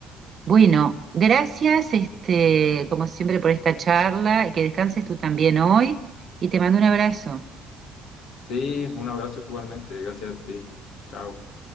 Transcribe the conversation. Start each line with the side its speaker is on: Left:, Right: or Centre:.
Right: Bueno, gracias, este, como siempre, por esta charla y que descanses tú también hoy y te mando un abrazo.
Left: Sí, un abrazo igualmente, gracias a ti. Chao.